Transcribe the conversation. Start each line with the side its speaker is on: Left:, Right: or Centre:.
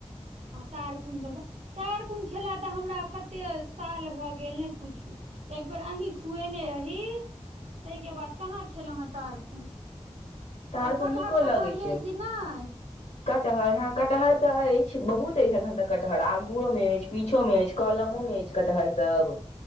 Right: तारकुन जबै तारकुन खेला तऽ हमरा कते साल भऽ गेल नहि पूछू एकबेर अहीं खुएने रही ताहिके बाद कहाँ खेलौं हैं तारखुन
Left: तारकुन
Right: और कटहर
Left: नीको
Right: तटहर
Left: लगै
Right: यै
Left: छै
Right: कि नहि
Left: कटहर हँ कटहर तऽ अछि बहुत अछि एखन तऽ कटहर आगुओ मे अछि पीछो मे अछि कलमो मे अछि कटहर सब